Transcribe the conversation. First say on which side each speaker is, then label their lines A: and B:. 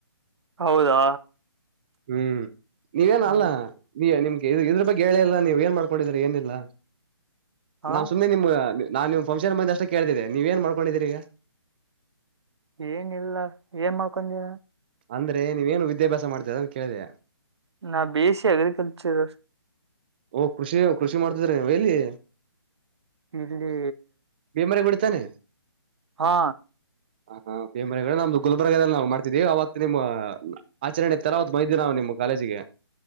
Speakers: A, on the right; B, on the right.
A: ಹೌದಾ.
B: ಹ್ಮ್ ನೀವೇನ
A: ಹ್ಮ್
B: ಅಲ್ಲ. ನೀಯ್ಯ ನಿಮ್ಗೆ ಇದು ಇದ್ರ ಬಗ್ಗೆ ಹೇಳಿಿಲ್ಲಾ ನೀವು ಏನ್ ಮಾಡ್ಕೊಂಡಿದ್ರ ಏನಿಲ್ಲ.
A: ಹಾ
B: ನಾವು ಸುಮ್ಮನೆ ನಿಮ್ಮ ನಾನ್ ನಿವು್ ಫಂಕ್ಷನ್ ಬಂದ ಅಷ್ಟು ಕೇಳ್ತಿದ್ದೆ ನೀವ ಏನ್ ಮಾಡ್ಕೊಂಡಿದ್ದೀರಿ ಈಗ.
A: ಏನ ಇಿಲ್ಲ ಏನ್ ಮಾಡ್ಕೊಂಡೀಿನ.
B: ಅಂದ್ರೆ ನೀವ ೇನುಿದ್ಯಾಭ್ಯಾಸ ಮಾಡ್ತ ಅಂತ ಕೇಳಿದೆ.
A: ನಾ ಬೇಸಿ ಅಗ್ರಿಕಲ್ಚರ್.
B: ಓ ಕೃಷಿ ಕೃಷಿ ಮಾಡ್ತಿದ್ರೆ ನೀವ ಎಲ್ಲಿ.
A: ಇಲ್ಲಿ.
B: ಬಿಮ್ರಾಯಿ ಗುಡಿ ತಾನೆ.
A: ಹಾ.
B: ಹ ಹಾ ಪೇಮನೆ ನಮ್ದು ಗುಲಬರ್ಗಾದಲ್ಲಿ ನಾ ಮಾಡತಿದ್ದೀವಿ ಅವತ್ತ. ನಿಮ್ಮ ಆಚರಣೆ ಇತ್ತ ಅಲ್ಲ ಅವತ್ ಬಂದಿದ್ದೀವಿ ನಾವ ನಿಮ್ಮ ಕಾಲೇಜಿಗಿ.